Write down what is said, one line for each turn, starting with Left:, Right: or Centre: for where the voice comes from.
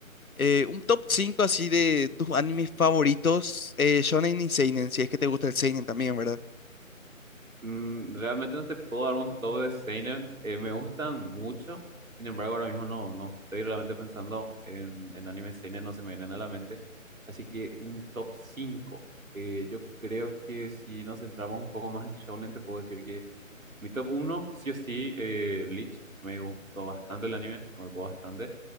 Left: eh, un top 5 así de tus animes favoritos, eh, shonen y seinen, si es que te gusta el seinen también, ¿verdad?
Right: Mm, realmente no te puedo dar un top de seinen. eh, me gustan mucho. Sin embargo, ahora mismo no, no estoy realmente pensando en, en anime seinen, no se me vienen a la mente. Así que un top cinco Eh, yo creo que si nos centramos un poco más en shonen, te puedo decir que mi top uno sí o sí, eh, Bleach. Me gustó bastante el anime, me marcó bastante.